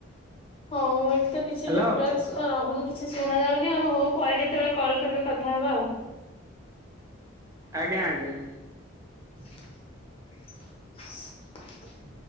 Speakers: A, on the left; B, on the right.
A: ହଁଊ ଏଠି ତ କିଛି
B: ହ୍ୟାଲୋ
A: ନେଟୱାର୍କ ରହୁନି କିଛି ଶୁଣା ଯାଉନି ଆଉ ହଉ ପରେ କେତେବେଳେ କଲ୍ କରିବେ କଥାହେବା ଆଉ।
B: ଆଜ୍ଞା ଆଜ୍ଞା।
A: ଆସ୍